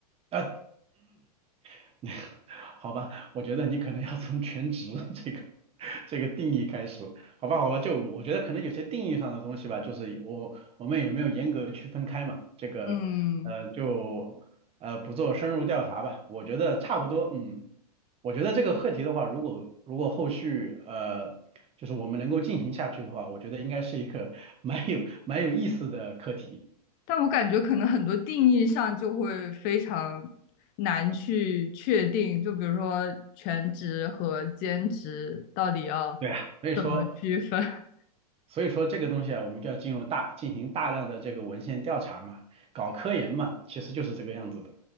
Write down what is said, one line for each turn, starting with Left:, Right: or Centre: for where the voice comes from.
Right: 嗯，啊，<coughs> <clears throat> 好吧，我觉得你可能要从全职 <laughs> 这个这个定义开始，好吧好吧，就我觉得可能有些定义上的东西吧，就是我我们也没有严格区分开嘛，这个呃就呃不做深入调查吧，
Left: 嗯，
Right: 我觉得差不多，嗯，我觉得这个课题的话，如果如果后续呃就是我们能够进行下去的话，我觉得应该是一个 <laughs> 蛮有蛮有意思的课题。
Left: 但我感觉可能很多定义上就会非常难去确定，就比如说全职和兼职到底要怎么区分
Right: 对啊，所以说，
Left: <laughs>
Right: 所以说这个东西啊，我们就要进入大进行大量的这个文献调查嘛，搞科研嘛，其实就是这个样子的。